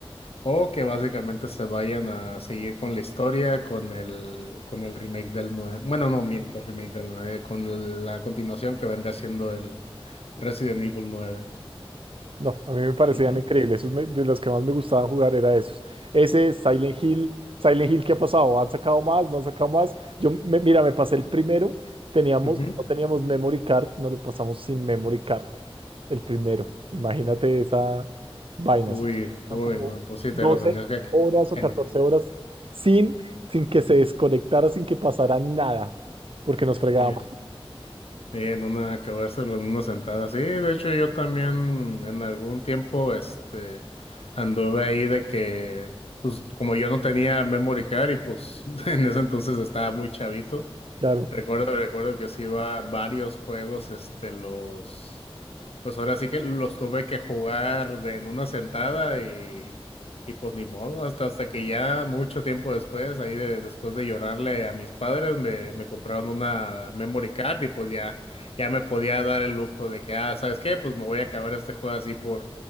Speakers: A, on the left (about 80°); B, on the right (about 65°).
A: o que básicamente se vayan a seguir con la historia, con el, con el remake del nueve Bueno, no miento, remake del 9 con la continuación que vendría siendo el Resident Evil nueve
B: No, a mí me parecían
A: Ujú,
B: increíbles. Esos me- de los que más me gustaban jugar era esos. Ese, Silent Hill, Silent Hill, ¿qué ha pasado? ¿Han sacado más? ¿No han sacado más? Yo, me- mira, me pasé el primero. Teníamos,
A: ujú.
B: no teníamos memory card, no lo pasamos sin memory card. El primero. Imagínate esa vaina.
A: Uy,
B: Eso Son
A: uy,
B: como
A: no, pues sí,
B: 12
A: te lo tenías que...
B: horas o
A: que
B: 14
A: no.
B: horas sin, sin que se desconectara, sin que pasara nada, porque nos fregábamos,
A: Sí. Sí, en una, acabárselo en una sentada. Sí, de hecho yo también en algún tiempo, este, anduve ahí de que, pues como yo no tenía memory card y pues <laughs> en ese entonces estaba muy chavito,
B: claro.
A: recuerdo, recuerdo que sí iba a varios juegos, este, los, pues ahora sí que los tuve que jugar de en una sentada y, y pues ni modo, hasta, hasta que ya mucho tiempo después, ahí de, después de llorarle a mis padres, me, me compraron una memory card y pues ya, ya me podía dar el lujo de que, ah, ¿sabes qué? Pues me voy a acabar este juego así por,